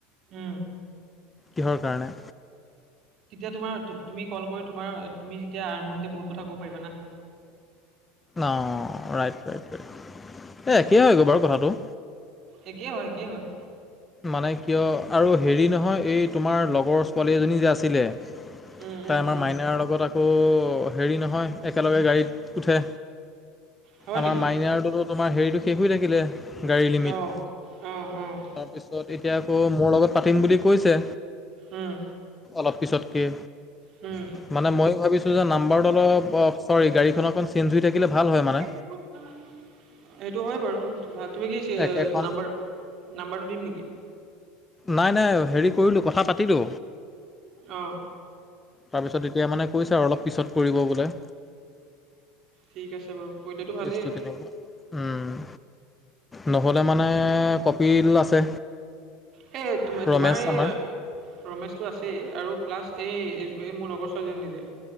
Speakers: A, on the right; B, on the left.
A: উম,
B: কিহৰ কাৰণে?
A: তেতিয়া তোমাৰ তুমি কল কৰি তোমাৰ তুমি যেতিয়া আৰম্ভণিতে বহুত কথা কব পাৰিবা না।
B: অ, ৰাইট - ৰাইট - ৰাইট এই একেই হৈ গে' বাৰু কথাটো।
A: একেই হয় - একেই হয়।
B: মানে কিয় আৰু হেৰি নহয় এই তোমাৰ লগৰ ছোৱালী এজনী যে আছিলে।
A: উম,
B: তাই
A: উম,
B: আমাৰ
A: উম,
B: মাইনাৰৰ লগত আকৌ হেৰি নহয় একেলগে গাড়ীত উঠে।
A: হয়
B: আমাৰ
A: নেকি?
B: মাইনাৰডডো তোমাৰ হেৰিটো শেষ হৈ থাকিলে গাড়ী লিমিট।
A: অ', অ', অ',
B: তাৰপিছত এতিয়া আকৌ মোৰ লগত পাতিম বুলি কৈছে।
A: উম,
B: অলপ পিছতকে
A: উম,
B: মানে ময়ো ভাবিছো যে নাম্বাৰটো অলপ অ, চৰি গাড়ীখন অকণ চেঞ্জ হৈ থাকিলে ভাল হয় মানে।
A: <unintelligible> সেইটো হয় বাৰু তুমি কি
B: একেখন
A: নাম্বাৰ - নাম্বাৰটো দিম নেকি?
B: নাই-নাই হেৰি কৰিলো কথা পাতিলো।
A: অ',
B: তাৰপিছত এতিয়া মানে কৈছে আৰু অলপ পিছত কৰিব বোলে।
A: ঠিক আছে বাৰু কৰিলেতো ভালেই।
B: কেছটো তেনেকুৱা উম, নহ'লে মানে কপিল আছে।
A: সেই তোমাৰ -
B: ৰমেশ
A: তোমাৰ এই
B: আমাৰ
A: ৰমেশ টো আছেই আৰু প্লাছ এই - এই মোৰ লগৰ ছোৱালীজনী যে।